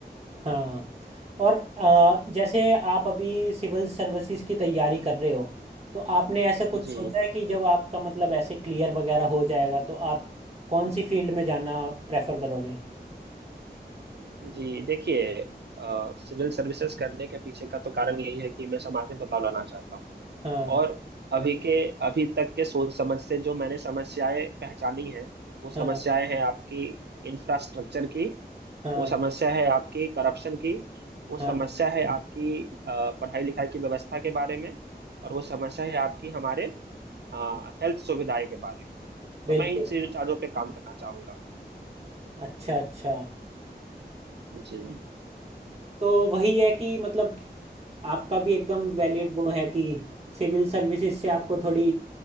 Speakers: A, on the right; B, on the right.
A: हाँ और अ, जैसे आप अभी सिविल सर्विसेज की तैयारी कर रहे हो तो आपने ऐसा कुछ
B: जी
A: सोचा है कि जब आपका मतलब ऐसे क्लियर वगैरह हो जाएगा तो आप कौन सी फील्ड में जाना प्रेफर करोगे
B: जी देखिए अ, सिविल सर्विसेज करने के पीछे का तो कारण यही है कि मैं समाज में बदलाव लाना चाहता हूँ
A: हाँ
B: और अभी के अभी तक के सोच समझ से जो मैंने समस्याएं पहचानी हैं वो समस्याएं
A: हाँ
B: हैं आपकी इंफ्रास्ट्रक्चर की
A: हाँ
B: वो समस्या है आपकी करप्शन की वो समस्या
A: हाँ
B: है आपकी अ, पढ़ाई लिखाई की व्यवस्था के बारे में और वो समस्या है आपकी हमारे हेल्थ सुविधाएं के बारे में
A: बिल्कुल
B: तो मैं इन चीजों चारों पे काम करना चाहूंगा
A: अच्छा अच्छा
B: जी
A: तो वही है कि मतलब आपका भी एकदम वैलिड वो है कि सिविल सर्विसेज से आपको थोड़ी